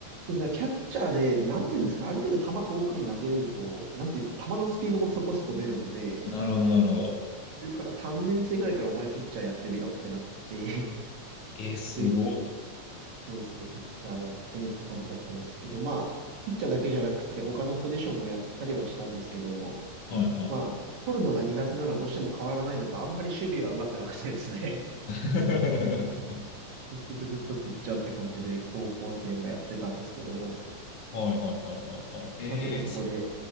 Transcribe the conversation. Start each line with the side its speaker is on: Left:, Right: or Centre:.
Right: そうですね、キャッチャーで、なんていうんですか、ある程度球遠くに投げれると、なんていうんですか、球のスピードもそこそこ出るので、
Left: なるほどなるほど。
Right: 中から3年生ぐらいからお前ピッチャーやってみろってなって
Left: えー、
Right: <laughs>
Left: すごっ。
Right: で、そうですね、ピッチャーやってって感じだったんですけど、まあ、ピッチャーだけじゃなくて他のポジションもやったりはしたんですけど、
Left: はいはいはい。
Right: まあ、取るのが苦手なのはどうしても変わらないのか、あんまり守備は上手くなくてですね
Left: <laughs>
Right: <laughs> 結局ずっとピッチャーって感じで高校生もやってたんですけど、
Left: はいはいはいはいはい。えー、
Right: まあちょっとそこで
Left: せ